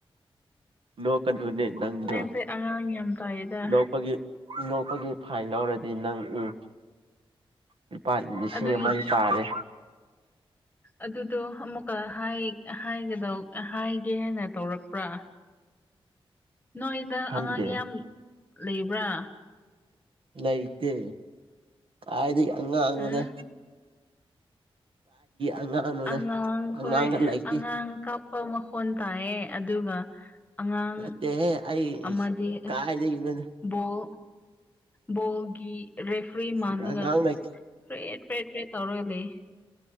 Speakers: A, on the right; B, on the left.
A: ꯅꯣꯛꯀꯅꯨꯅꯦ ꯅꯪꯗꯣ
B: ꯅꯪꯁꯦ ꯑꯉꯥꯡ ꯌꯥꯝ ꯇꯥꯏꯗ
A: ꯅꯣꯛꯄꯒꯤ ꯅꯣꯛꯄꯒꯤ ꯐꯥꯏꯟ ꯂꯧꯔꯗꯤ ꯅꯪ ꯎꯝ ꯂꯨꯄꯥ ꯂꯤꯁꯤꯡ
B: ꯑꯗꯨꯒꯤ
A: ꯑꯃꯗꯤ ꯇꯥꯔꯦ
B: ꯑꯗꯨꯗꯣ ꯑꯃꯨꯛꯀꯥ ꯍꯥꯏ ꯍꯥꯏꯒꯗꯧ ꯍꯥꯏꯒꯦ ꯍꯥꯏꯅ ꯇꯧꯔꯛꯄ꯭ꯔꯥ ꯅꯣꯏꯗ
A: ꯈꯪꯗꯦ
B: ꯑꯉꯥꯡ ꯌꯥꯝ ꯂꯩꯕ꯭ꯔꯥ
A: ꯂꯩꯇꯦ ꯀꯥꯏꯗꯒꯤ ꯑꯉꯥꯡꯅꯣ
B: ꯎꯝ
A: ꯑꯉꯥꯡꯅꯣꯗ
B: ꯑꯉꯥꯡ ꯈꯣꯏ
A: ꯑꯉꯥꯡꯒ ꯂꯩꯇꯦ
B: ꯑꯉꯥꯡ ꯀꯣ ꯄꯥꯎ ꯃꯈꯣꯟ ꯇꯥꯏꯌꯦ ꯑꯗꯨꯒ ꯑꯉꯥꯡ
A: ꯅꯠꯇꯦꯍꯦ ꯑꯩ
B: ꯑꯃꯗꯤ ꯑꯁ
A: ꯀꯥꯏꯗꯒꯤꯅꯣ
B: ꯕꯣꯜ ꯕꯣꯜꯒꯤ ꯔꯦꯐ꯭ꯔꯤ ꯃꯥꯜꯂꯒ
A: ꯑꯉꯥꯡ ꯂꯩꯇꯦ
B: ꯐꯔꯦꯠ ꯐꯔꯦꯠ ꯐꯔꯦꯠ ꯇꯧꯔꯒ ꯂꯩ